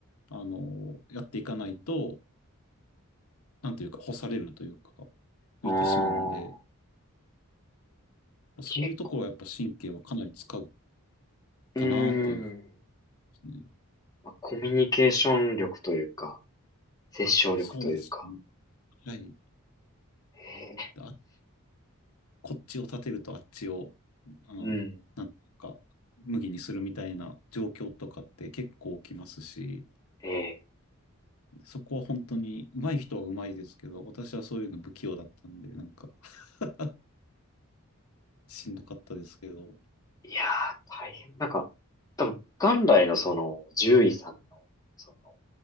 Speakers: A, on the left; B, on the left.
A: あの、やっていかないと、なんていうか、干されるというか、
B: ああ、
A: 浮いてしまうんで、そういうところはやっぱ神経はかなり使っ
B: 結構、うー
A: たなっていうふうで
B: ん、
A: すね。
B: まあコミュニケーション力というか、殺傷力というか。
A: そうですね。はい。
B: え
A: あ、こっちを立てるとあっちを、あの、
B: ーうん。
A: なんていうか、麦にするみたいな状況とかって結構起きますし、
B: ええ
A: そこは本当に上手い人は上手いですけど、私はそういうの不器用だったんで、なんか <laughs> しんどかったですけど、
B: いやー、大変。なんか、多分、元来のその、獣医さんの、その、